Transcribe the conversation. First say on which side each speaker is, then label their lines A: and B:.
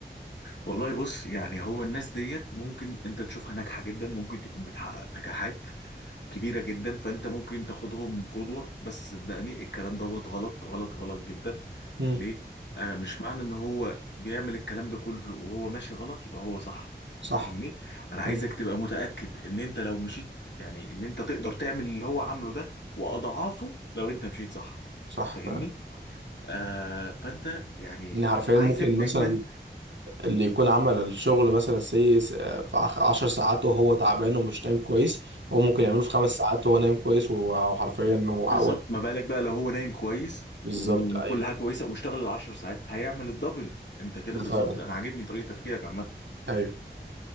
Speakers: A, on the left; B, on the right.
A: والله بص يعني هو الناس ديت ممكن انت تشوفها ناجحة جدا ممكن تكون بتحقق نجاحات كبيرة جدا فأنت ممكن تاخدهم قدوة بس صدقني الكلام دوت غلط غلط غلط جدا
B: مم.
A: ليه؟ آه مش معنى إن هو بيعمل الكلام ده كله وهو ماشي غلط يبقى هو صح
B: صح
A: فاهمني؟ أنا عايزك
B: مم.
A: تبقى متأكد إن أنت لو مشيت يعني إن أنت تقدر تعمل اللي هو عامله ده وأضعافه لو أنت مشيت صح
B: صح
A: فاهمني؟
B: فعلا
A: آه فأنت يعني
B: يعني حرفيا
A: عايزك
B: ممكن
A: دايما
B: مثلا اللي يكون عمل الشغل مثلا سي س- في عخ- عشر ساعات وهو تعبان ومش نايم كويس هو ممكن يعمله في خمس ساعات وهو نايم كويس وحرفيا وعوال
A: بالظبط ما بالك بقى لو هو نايم كويس
B: بالظبط
A: وكل
B: ايوه
A: حاجه كويسه واشتغل العشر ساعات هيعمل الدبل انت كده
B: ده
A: بالظبط
B: فعلا
A: انا عاجبني طريقه تفكيرك عامه
B: ايوه